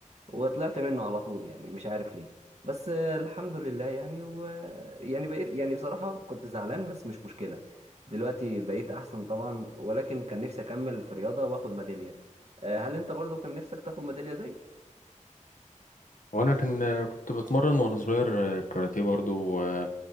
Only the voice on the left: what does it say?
وانا كان كنت بتمرن وانا صغير آه، كاراتيه برضو آه،